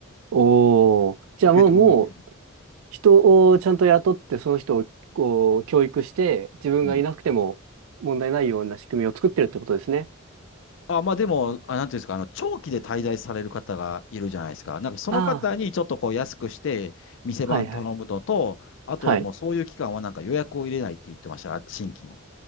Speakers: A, on the right; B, on the left.
A: おお。じゃあもう、
B: ベトナムにいるとか。
A: もう、人をちゃんと雇って、その人をこう、教育して、自分がいなくても問題ないような仕組みを作ってるってことですね。
B: うん。あ、まあでも、あ、なんていうんですか、あの、長期で滞在される方がいるじゃないですか。なんかその方にちょっとこう安くして、
A: ああ。
B: 店番頼むのと、
A: はい、はい。
B: あとはもうそういう期間はなんか予約を入れないって言ってました、
A: はい。
B: 新規の。